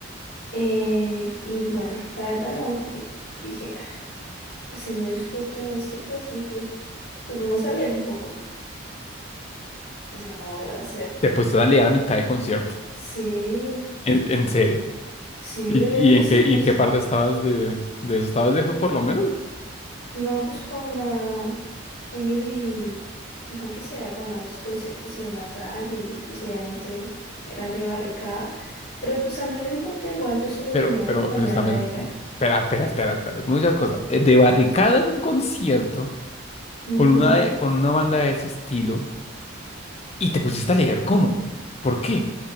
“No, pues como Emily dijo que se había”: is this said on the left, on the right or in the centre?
Left